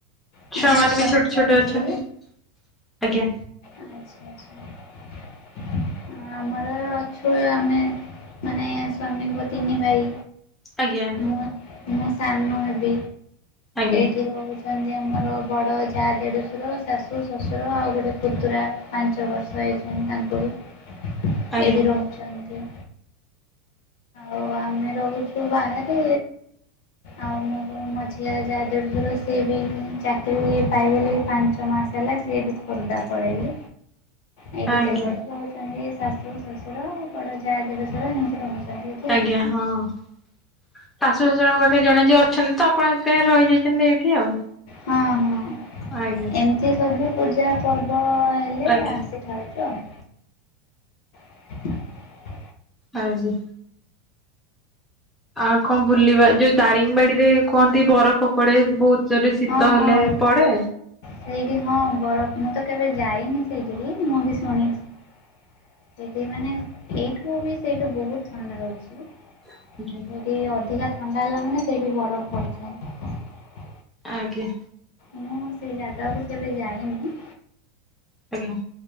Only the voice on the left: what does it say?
ମାନେ
ଆପଣ
ଜଣେକି
<inaudible> ଆମର ଅଛୁ ଆମେ ମାନେ ସ୍ଵାମୀଙ୍କ ତିନି ଭାଇ
ମୁଁ ମୁଁ ସାନ ହେବି
ଏଇଠି ରହୁଛି। ଅଛନ୍ତି ଆମର ବଡ଼ ଯା ଦେଢଶୁର ଶାଶୁ ଶ୍ୱଶୁର ଆଉ ଗୋଟେ ପୁତୁରା ପାଞ୍ଚ ବର୍ଷ ହେ <unintelligible> ଛନ୍ତି ତାଙ୍କର
ଏଠି ରହୁଛନ୍ତି। ଆଉ ଆମେ ରହୁଛୁ ବାହାରେ ଆଉ ମୋର ମଝିଆ ଯାହା ଦେଢ ସୁର ସେ ବି ଚାକିରି ପାଇଗଲେ ପାଞ୍ଚ ମାସ ହେଲା ସେଇଠି ଖୋର୍ଦ୍ଧା ପଳେଇଲେ। ଏଇଠି
କେବଳ ରହୁଛନ୍ତି ଶାଶୁ ଶ୍ୱଶୁର ବଡ ଯାଆ ଦେଢଶୁର ଏମିତି ରହୁଛନ୍ତି। ଏଇଠି ଆଉ।
ହଁ ହଁ
ଏମିତି ସବୁ ପୂଜା ପର୍ବ ହଁ ହେଲେ
ଆସିଥାଉଛୁ ଆଉ। <inaudible>
ହଁ ହଁ
ସେଇଠି ହଁ ବରଫ ମୁଁ ତ କେବେ ଯାଇନି ସେଇଠିକି ମୁଁ ବି ଶୁଣିଛି। ସେଠି ମାନେ ଏଇଠୁ ବି ସେଇଠେ ବହୁତ ଥଣ୍ଡା ରହୁଛି
ସେଠି ଅ ଅଧିକା ଥଣ୍ଡା ହେଲା ମାନେ ସେଠି ବରଫ ପଡିଥାଏ।
ମୁଁ ସେ ଜାଗାକୁ କେବେ ଯାଇନି